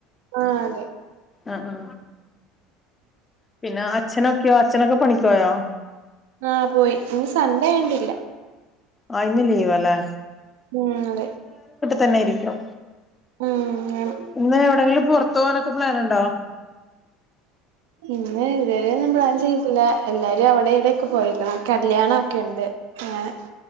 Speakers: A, on the right; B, on the left.
A: ആ അതെ
B: അ ആ പിന്നെ അച്ഛനൊക്കെയോ അച്ഛനൊക്കെ പണിക്ക ക്കൊയോ
A: ആ പോയി ഇന്ന് സൻഡേ ആയോണ്ടില്ല
B: ആ ഇന്ന് ലീവല്ലേ
A: ഉം അതെ
B: തന്നെയിരിക്യോ
A: ഉം ആണ്
B: ഇന്ന് എവിടെങ്കിലും പൊറ ത്തോവാനൊക്കെ പ്ലാനുണ്ടോ
A: ഇന്ന് ഇതുവരെയൊന്നും പ്ലാൻ ചെയ്തില്ല എല്ലാരും അവിടെ ഇവിടൊക്കെ പോയെക്കുനു കല്യാണം ഒക്കെ ഒണ്ട് അങ്ങനെ